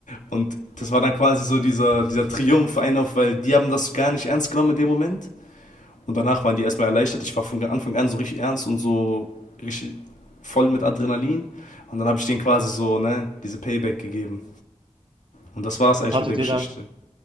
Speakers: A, on the left; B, on the right.
A: Und das war dann quasi so dieser, dieser Triumph ein auf, weil die haben das gar nicht ernst genommen in dem Moment. Und danach waren die erstmal erleichtert. Ich war von Anfang an so richtig ernst und so richtig voll mit Adrenalin. Und dann habe ich denen quasi so, ne, diese Payback gegeben. Und das war es
B: Und
A: eigentlich
B: hattet
A: mit der Geschichte.
B: ihr dann,